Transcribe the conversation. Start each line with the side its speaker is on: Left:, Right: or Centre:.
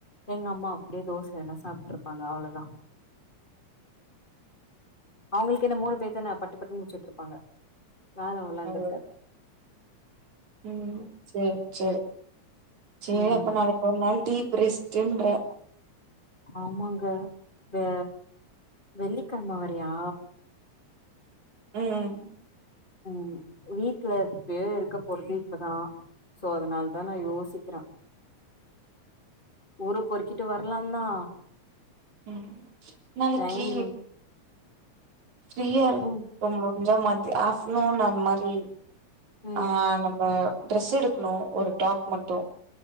Left: எங்க அம்மா அப்டியே தோச எதுனா சாப்ட்ருப்பாங்க அவ்ளோ தா அவுங்களுக்கு என்ன மூணு பேர் தான பட்டுப்பட்டுன்னு முடிச்சுட்டுருப்பாங்க வேல அவ்ளோ இருந்துருக்காது
Right: ஓ ம் சேர் சேர் சேரி
Left: ம்
Right: அப்ப நாளைக்கி ஓரு நாள் டீப் ரெஸ்ட்டுன்ற
Left: ஆமாங்க வெ வெள்ளிக்கழம வரீயா
Right: ம்
Left: ம் வீட்ல எப்பயே இருக்க போறது இப்பதா சோ அதனால தா நா யோசிக்கிறே ஊரு பொறுக்கிட்டு வர்லான்தா
Right: ம் நாளைக்கி
Left: டைம்
Right: ஃப்ரீயா இரு
Left: ம்
Right: க்கு முடிஞ்சா மதி ஆப்டர்நூன் அந்த் மாரி
Left: ம்
Right: ஆ நம்ப டிரஸ் எடுக்கணு ஒரு டாப் மட்டு